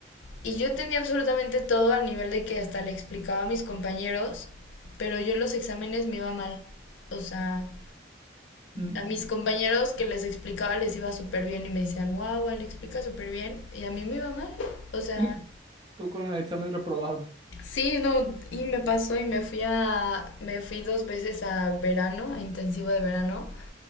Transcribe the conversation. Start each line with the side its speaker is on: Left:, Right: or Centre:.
Left: Y yo entendía absolutamente todo al nivel de que hasta le explicaba a mis compañeros, pero yo en los exámenes me iba mal. O sea,
Right: Mm,
Left: a mis compañeros que les explicaba les iba súper bien y me decían, wow, le explica súper bien. Y a mí me iba mal. O sea,
Right: Y tú con un examen reprobado,
Left: sí, no, y me pasó y me fui a, me fui dos veces a verano, a intensivo de verano.